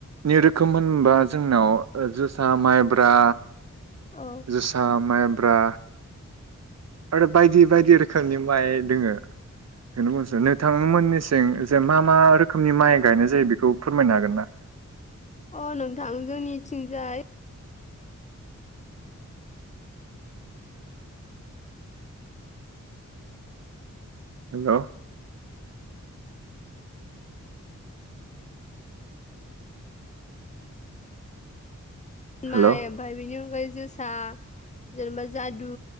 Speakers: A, on the right; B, on the left.
A: नै रोखोम होनबा जोंनाव जोसा माइब्रा
B: औ
A: जोसा माइब्रा आरो बायदि बायदि रोखोमनि माइ दोङो। बेनो बुंसै नोंथांमोननिस नों जेनबा मा रोखोमनि माइ गायनाय जायो बेखौ फोरमायनो हागोन ना।
B: अ नोंथां जोंनिथिंजाय।
A: हेल' हेल'
B: माय आमफ्राइ बिनि अनगायै। जोसा जेनेबा जादु